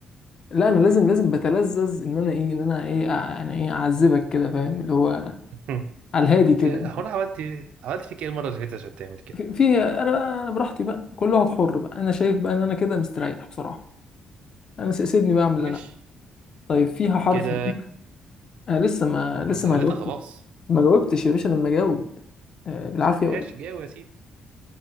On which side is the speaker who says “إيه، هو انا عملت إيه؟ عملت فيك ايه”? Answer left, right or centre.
Right